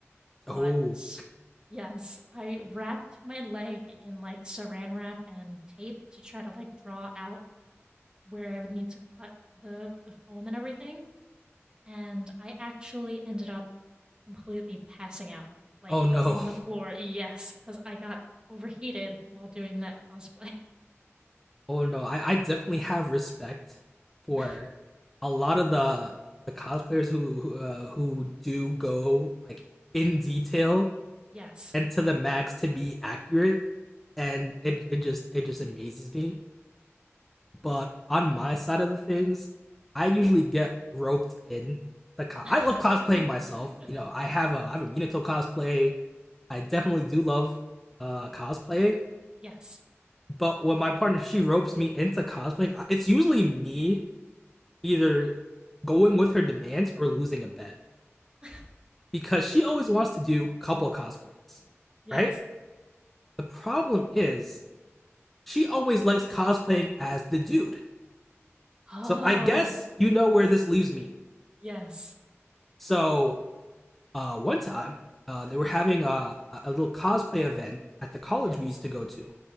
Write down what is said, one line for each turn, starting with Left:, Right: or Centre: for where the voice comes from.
Centre: Oh.
Right: but yes, I wrapped my leg in like saran wrap and tape to try to like draw out where I would need to cut the, the foam and everything, and I actually ended up completely passing out, like
Centre: Oh no.
Right: hitting the floor, yes, because I got overheated while doing that cosplay.
Centre: Oh no, I, I definitely have respect for
Right: <laughs>
Centre: a lot of the the cosplayers who who, uh, who do go like in detail
Right: Yes.
Centre: and to the max to be accurate, and it it just it just amazes me. But on my side of the things, I usually
Right: Yeah.
Centre: get roped in the co-
Right: <laughs>
Centre: I love cosplaying myself. You know, I have a I have a Minato cosplay. I definitely do love uh cosplaying,
Right: yes.
Centre: but when my partner she ropes me into cosplaying, it's usually me either going with her demands or losing a bet
Right: <laughs>
Centre: because she always wants to do couple cosplays,
Right: Yes.
Centre: right? The problem is she always likes cosplaying as the dude.
Right: Oh,
Centre: So I guess you know where this leaves me.
Right: yes.
Centre: So uh, one time uh, they were having a, a little cosplay event at the college
Right: Yes.
Centre: we used to go to.